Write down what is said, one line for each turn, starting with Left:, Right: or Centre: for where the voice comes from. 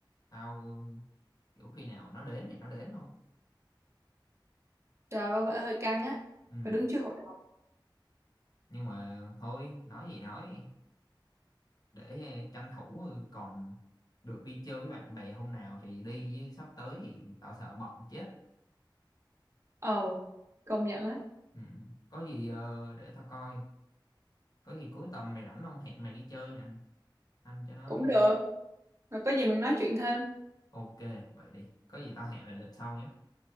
Left: tao ờ, kiểu khi nào nó đến thì nó đến thôi
Right: trời bảo vệ hơi căng á
Left: ừ
Right: phải đứng trước hội đồng
Left: nhưng mà thôi nói gì nói để ờ, tranh thủ ờ, còn được đi chơi với bạn bè hôm nào thì đi chứ sắp tới thì tao sợ bận chết
Right: ờ công nhận á
Left: ừ. có gì ờ, để tao coi có gì cuối tuần mày rảnh không hẹn mày đi chơi nè anh cho nó
Right: cũng được rồi có gì mình nói chuyện thêm
Left: ok vậy đi có gì tao hẹn lại lịch sau nhé